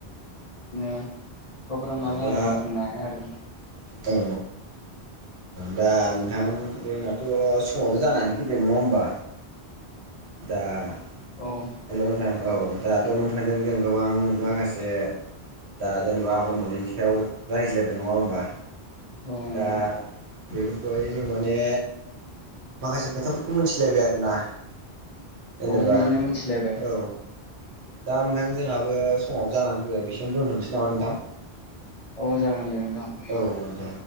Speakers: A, on the left (about 40°); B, on the right (about 85°).
A: बिदिनो अखाफोरा माला
B: दा
A: हागोन बुंनो हाया आरो
B: औ दा नोंथां जोंनाथ' समाबो जानानै फैबाय नङा होमबा दा
A: औ
B: हेलौ नोंथां औ दाथ' नोंथांजों जों गोबां माखासे दा जेनेबा आबाद मावनायनि सायाव रायज्लायबाय नङा होमबा
A: औ नोंथां
B: दा बेफोरखौहाय जों माने माखासे खोथाफोरखौ मोमथिलायबाय आरोना जेनेबा
A: औ बिदिनो मोनथिलायबाय
B: औ दा नोंथां जोंहाबो समाबो जानानै फैबाय बेसिमावनो दोन्थ'नोसै नामा नोंथां
A: औ जागोन दे नोंथां
B: औ दे